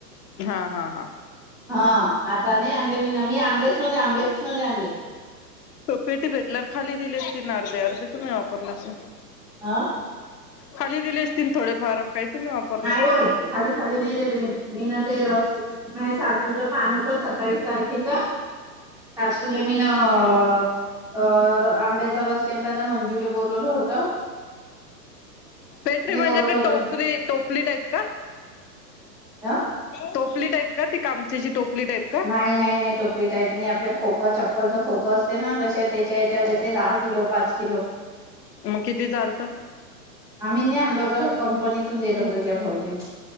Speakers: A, on the left; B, in the centre.
A: हा हा हा
B: हा आता नाही आणले मी ना मी आणलेच नव्हते आंबेच नव आणले
A: त पेटी भेटल्यावर खाली दिली असती ना अर्धे अर्धे तुम्ही वापरला अस
B: ह
A: खाली दिलेस तन थोडेफार काही तुम्ही वापरले.
B: नाही हो बाई खाली खाली नाही दिले मीन मीन ते रस म सासूच पान होत सत्तावीस तारखेच सुले मीन अ आंब्याचा रस केला तर आता मंजूले बोलवलं होत
A: पेटरी म्हणजे
B: बोलवलं होतं
A: टोकरी टोक टाईप का
B: ह
A: टोपली टाईप का ती कामची टोपली टाईप का?
B: नाही नाही नाही टोपली टाईप नाही आपलं खोकं चप्पलचं खोकं असते ना त त्याच्या याच्यात येते दहा किलो पाच किलो
A: मग किती चालत
B: आम्ही न आणलो होत कंपनीतून दिलो होतो त्या भाऊजीन